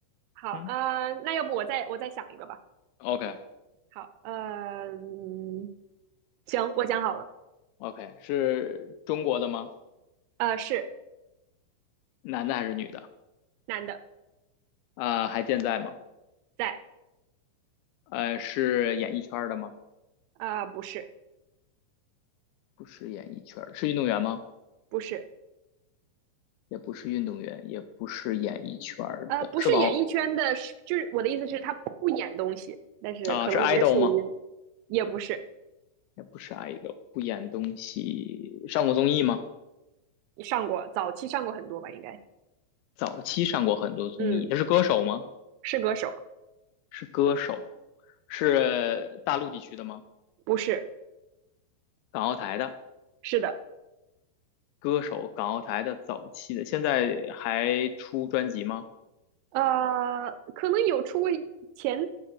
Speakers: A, on the right; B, on the left.
A: 好，
B: 嗯
A: 呃，那要不我再我再想一个吧。
B: ，OK
A: 好，呃嗯行，我想好了，
B: OK，是中国的吗？
A: 呃，是
B: 男的还是女的？
A: 男的，
B: 啊、呃还健在吗？
A: 在，
B: 呃，是演艺圈的吗？
A: 呃，不是，
B: 不是演艺圈是运动员吗？
A: 不是，
B: 也不是运动员，也不是演艺圈的，
A: 呃，不是演艺圈的，
B: 是网
A: 是就是我的意思是，他不演东西，但是可能也属于，
B: 啊，是 idol 吗？
A: 也不是，
B: 也不是 idol，不演东西，上过综艺吗？
A: 上过，早期上过很多吧，应该。
B: 早期上过很多综艺，
A: 嗯，
B: 他是歌手吗？
A: 是歌手，
B: 是歌手，是大陆地区的吗？
A: 不是，
B: 港澳台的
A: 是的，
B: 歌手，港澳台的早期的，现在还出专辑吗？
A: 呃，可能有出过，前